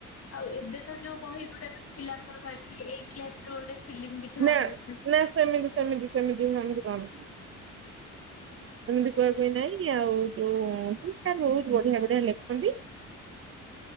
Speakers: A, on the left (about 50°); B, on the right (about 45°).
A: ଆଉ ଏବେ ତ ଯୋଉ ବହି ଗୁଡାକ ପିଲାଙ୍କର ବାହାରଛି ଏଇ କ୍ଲାସ ଗୋଟେ ଫିଲ୍ମ ବି ତ
B: ନା
A: ଆଡ ଅଛି।
B: ନା ସେମିତି ସେମିତି ସେମିତି ସେମିତି କରନା। ଏମିତି କୁହାକୁହି ନାଇଁ ଆଉ ଯୋଉ ସାର୍ ବହୁତ ବଢିଆ ବଢିଆ ଲେଖନ୍ତି।